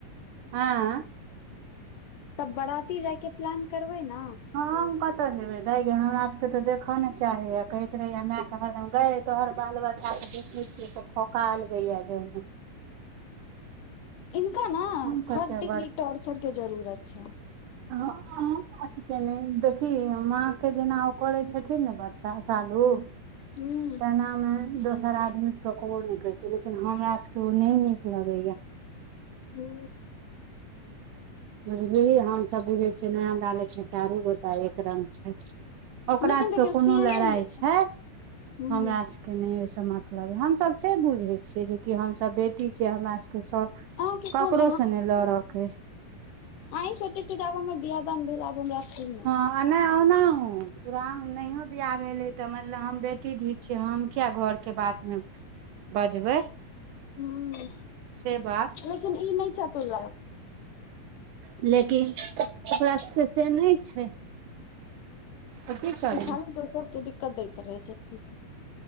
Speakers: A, on the right (about 75°); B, on the left (about 70°).
A: ह
B: तब बराती जाय के प्लान करबै न
A: हम कतऽ जेबे दऽ ग हमरा सभके ते देखऽ ने चाही य कहैत रहे मै कह गय तोहर बाल बच्चा के देखने छियै तऽ फठका आल गया गया मे
B: इनका ने
A: हम
B: थर्ड
A: कतऽ
B: डिग्री टोर्चर के जरूत छै
A: आ। के नहि देखी माँ के जेना ओ करै छथिन ने बच्चा सालू
B: हूँ।
A: तेनामे दोसर आदमी के ककरो नहि करै छै लेकिन हमरा सभके ओ नहि नीक लगैएा
B: हू।
A: बुझली हम सभ बुझे छियै नै हमरा ले छै चारू गोटा एक रंग छै ओकरा
B: लेकिन
A: सभके
B: देखियौ
A: कोनो
B: से नहि
A: लड़ाई
B: होइ
A: छै
B: हूं
A: हमरा सभ के नहि ओहिसँ मतलब हमसभ से बुझै छियै जेकि हम सभ बेटी छियै हमरा सके सभ
B: अहाँके कोन
A: करो से नहि लऽर के
B: अइ सोची छै जेब बिआ दाम बिलब हम रख ने
A: नहिना पूरा नहियो बियाह भेलै तऽ मत हम बेटी छी हम किया घर के बात मे बजबै
B: हूं
A: से बात।
B: लेकिन ई नहि छै तुल।
A: लेकिन परस से नहि छै तऽ की करबै
B: ई खाली तो सभके दिक्कत दैत रहे छै